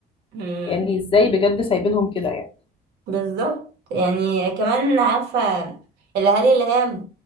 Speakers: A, on the right; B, on the left.
A: مم.
B: يعني إزاي بجد سايبينهم كده يعني
A: بالظبط يعني كمان عارفة الاهالي اللي هي